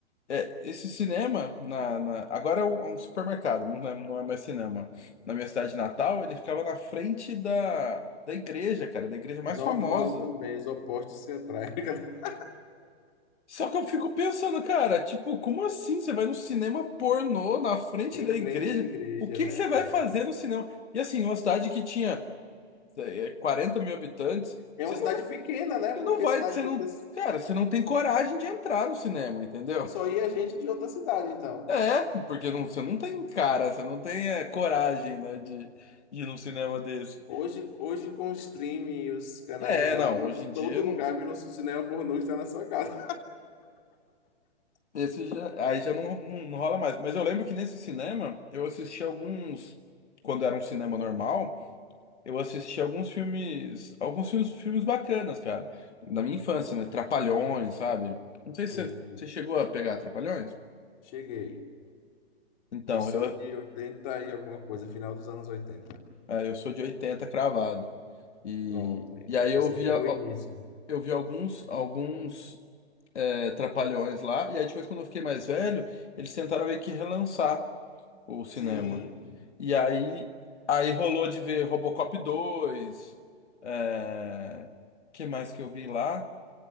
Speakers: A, on the left; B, on the left.
A: É, esse cinema, na, na- agora é um, é um supermercado, não é, não é mais cinema. Na minha cidade natal, ele ficava na frente da, da igreja, cara, da igreja mais
B: Normal
A: famosa.
B: também, os opostos se atraem. <laughs>
A: Só que eu fico pensando, cara, tipo, como assim você vai no cinema pornô na frente
B: Em
A: da
B: frente
A: igreja?
B: à igreja,
A: O que
B: né?
A: que você vai
B: É.
A: fazer no cinema? E assim, uma cidade que tinha é, 40 mil habitantes,
B: É
A: você
B: uma cidade
A: não,
B: pequena,
A: você
B: né? Porque
A: não vai,
B: cidade
A: você
B: pra
A: não,
B: ter-
A: cara, você não tem coragem de entrar no cinema, entendeu?
B: só ia gente de outra cidade, então.
A: É, porque não- você não tem cara, você não tem é, coragem, né, de ir num cinema desse.
B: Hoje, hoje com o streaming e os canais
A: É,
B: online,
A: não, hoje em dia
B: todo lugar
A: não,
B: virou cinema pornô e está na sua casa.
A: esse já- aí já não, não, não rola mais. Mas eu lembro que nesse cinema eu assisti alguns, quando era um cinema normal, eu assisti alguns filmes, alguns filmes, filmes bacanas, cara. Na minha infância, né? Trapalhões, sabe? Não sei se
B: <laughs> Sim,
A: você você chegou a pegar Trapalhões.
B: cheguei.
A: Então,
B: Eu sou
A: eu,
B: de 80 e alguma coisa, final dos anos 80.
A: é, eu sou de 80 cravado. E,
B: Pronto, aí,
A: e
B: ó.
A: aí eu
B: Você
A: vi,
B: pegou
A: a-
B: o início.
A: eu vi alguns, alguns. é, Trapalhões lá. E aí depois, quando eu fiquei mais velho, eles tentaram meio que relançar o cinema.
B: Sim.
A: E aí, aí rolou de ver Robocop dois É... que mais que eu vi lá?